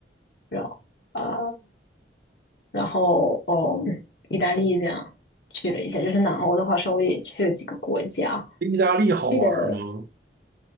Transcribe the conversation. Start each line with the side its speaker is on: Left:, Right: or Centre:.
Left: 然后。嗯然后嗯，意大利这样去了一下，就是南欧的话，稍微也去了几个国家，
Right: 意大利好玩吗？
Left: 去的